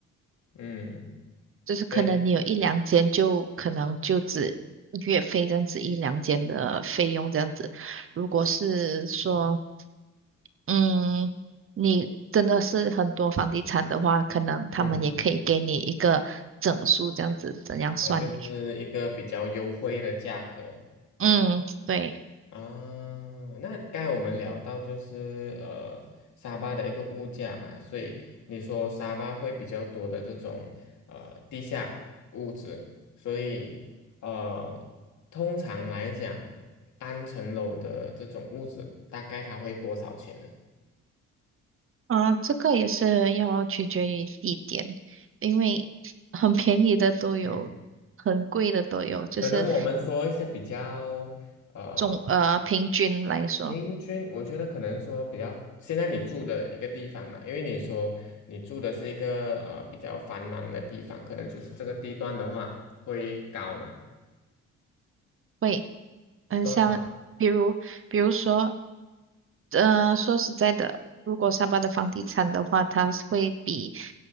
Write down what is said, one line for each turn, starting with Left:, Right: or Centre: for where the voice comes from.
Left: 嗯，
Right: 就是可能你有一两间就可能就只
Left: 对，
Right: 月费这样子一两间的费用这样子。如果是说，嗯，你真的是很多房地产的话，可能他们也可以给你一个整数这样子，
Left: 嗯，
Right: 怎样算你？
Left: 我就是一个比较优惠的价格。
Right: 嗯，对。
Left: 啊，那刚才我们聊到就是呃沙巴的一个物价嘛，所以你说沙巴会比较多的这种呃地下物子，所以呃通常来讲，单层楼的这种物子大概它会多少钱呢？
Right: 啊，这个也是要取决于地点，因为很便宜的都有，
Left: 嗯，
Right: 很贵的都有，就是
Left: 可能我们说一些比较呃
Right: 总呃平均来说
Left: 平均，我觉得可能说比较，现在你住的一个地方嘛，因为你说你住的是一个呃比较繁忙的地方，可能就是这个地段的话会高嘛，
Right: 会嗯，
Left: 多少呢？
Right: 像，比如比如说呃说实在的，如果沙巴的房地产的话，它是会比